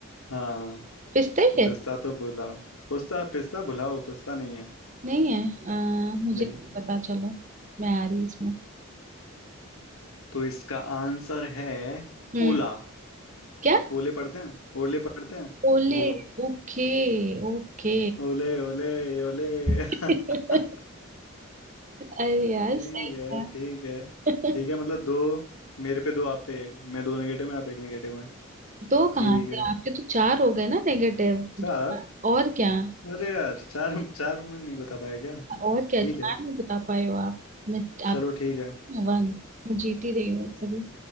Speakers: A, on the left (about 80°); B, on the right (about 35°).
A: हाँ
B: पिस्ता ही है
A: पिस्ता तो भुलाओ पिस्ता पिस्ता भुलाओ पिस्ता नहीं है
B: नहीं है अ, मुझे
A: नहीं
B: नहीं पता चलो मैं आ रही इसमें
A: तो इसका आंसर है
B: हम्म
A: ओला
B: क्या
A: ओले पढ़ते हैं ओले पढ़ते हैं
B: ओले
A: वो
B: Okay okay
A: ओले ओले ओले
B: <laughs>
A: <laughs>
B: अरे यार
A: ठीक
B: सही
A: है
B: है
A: ठीक है
B: <laughs>
A: ठीक है मतलब दो मेरे पे दो आप पे एक मैं दो निगेटिव में आप एक निगेटिव में
B: दो कहाँ
A: ठीक
B: से
A: है
B: आपके तो चार हो गए ना नेगेटिव
A: चार
B: और क्या
A: अरे यार चार चार में नहीं बता पाया क्या
B: और क्या
A: ठीक
B: चार
A: है
B: नहीं बता पाए हो आप मैं आप
A: चलो ठीक है
B: मैं वन मैं जीत ही रही हूँ वैसे भी